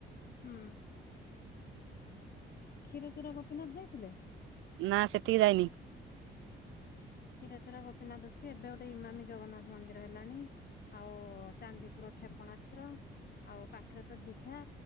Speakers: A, on the left (about 50°); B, on the right (about 85°).
A: ହୁଁ ଏ କ୍ଷୀରଚୋରା ଗୋପୀନାଥ ଯାଇଥିଲେ?
B: ନା ସେଠିକି ଯାଇନି।
A: କ୍ଷୀରଚୋରା ଗୋପୀନାଥ ଅଛି ଏବେ ଗୋଟେ ଇମାମୀ ଜଗନ୍ନାଥ ମନ୍ଦିର ହେଲାଣି। ଆଉ ଚାନ୍ଦିପୁର କ୍ଷେପଣାସ୍ତ୍ର ଆଉ ପାଖରେ ତ ଦିଘା।